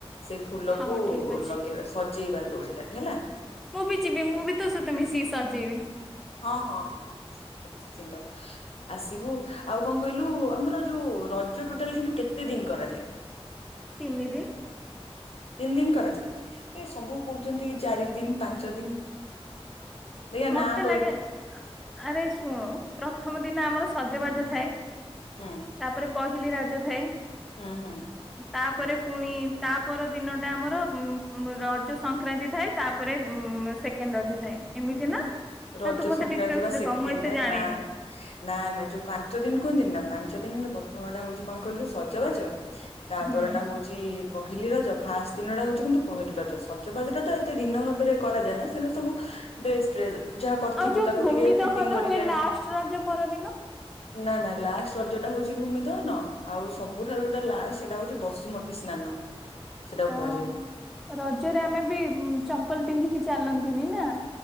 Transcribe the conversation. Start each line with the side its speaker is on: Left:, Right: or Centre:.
Left: ସେ ଫୁଲକୁ
Centre: ହଉ ଠିକ ଅଛି।
Left: ଲଗେଇ ସଜେଇବା ଦୋଳିଟାରେ ହେଲା।
Centre: ମୁଁ ବି ଯିବି ମୁଁ ବି ତୋ ସହିତ ମିଶିକି ସଜେଇବି।
Left: ହଁ ହଁ ହଁ ନିଶ୍ଚିନ୍ତ ନିଶ୍ଚିନ୍ତ। ଆସିବୁ ଆଉ କଣ କହିଲୁ ଆମର ଯୋଉ ରଜ ଟୋଟାଲ କିନ୍ତୁ କେତେ ଦିନ କରାଯାଏ।
Centre: ତିନିଦିନ।
Left: ତିନି ଦିନ କରାଯାଏ ଏ ସବୁ କହୁଛନ୍ତି ଚାରି ଦିନ ପାଞ୍ଚ ଦିନ ଦେଖିଆ
Centre: ମତେ
Left: ନା କହିଲୁ
Centre: ଲାଗେ ଆରେ ଶୁଣୁ ପ୍ରଥମ ଦିନ ଆମର ସଜବାଜ ଥାଏ।
Left: ହୁଁ।
Centre: ତାପରେ ପହିଲି ରଜ ଥାଏ।
Left: ହଁ ହଁ।
Centre: ତାପରେ ପୁଣି ତାପର ଦିନ ଟା ଆମର ଉ ରଜ ସଂକ୍ରାନ୍ତି ଥାଏ। ତାପରେ ଉଁ ସେକେଣ୍ଡ ରଜ ଥାଏ ଏମିତି ନା।
Left: ରଜ
Centre: ନା ତୁ ମତେ
Left: ସଂକ୍ରାନ୍ତି
Centre: ଡିଟେଲସ
Left: ବା
Centre: ରେ
Left: ସେକେଣ୍ଡ
Centre: କହ, ମୁଁ ଏତେ
Left: ଟା
Centre: ଜାଣିନି।
Left: <inaudible> ନା ନା ଯୋଉ ପାଞ୍ଚ ଦିନ କୁହନ୍ତିିନି ନା। ପାଞ୍ଚ ଦିନର ପ୍ରଥମ ଟା ହଉଛି କଣ କହିଲୁ ସଜବାଜ ତାପର
Centre: ହୁଁ।
Left: ଟା ହଉ ଛି ପହିଲି ରଜ। ଫାଷ୍ଟ ଦିନ ଟା ହଉଛି କିନ୍ତୁ ପହିଲି ରଜ। ସଜବାଜଟା ତ ଏତେ ଦିନ ଭାବରେ କରାଯାଏ ନା ତେନୁ ସବୁ ଡ୍ରେସ ଫ୍ରେସ୍ ଯାହା କରିଥିବୁ
Centre: ଆଉ ଯୋଉ
Left: ତାକୁ
Centre: ଭୂମି
Left: ଟିକେ
Centre: ଦହନ
Left: ଫିଟିଙ୍ଗ କରିକି
Centre: ହୁଏ
Left: ଆଣି
Centre: ଲାଷ୍ଟ ରଜ ପରଦିନ
Left: ନା ନା ଲାଷ୍ଟ ରଜଟା ହଉଛି ଭୂମି ଦହନ। ଆଉ ସବୁଠାରୁ ଯୋଟା ଲାଷ୍ଟ ସେଟା ହଉଛି ବସୁମତୀ ତୀ ସ୍ନାନ ସେଟାକୁ
Centre: ହଁ
Left: କୁହାଯାଏ।
Centre: ରଜରେ ଆମେ ବି ଚପଲ ପିନ୍ଧିକି ଚାଲନ୍ତିନି ନା।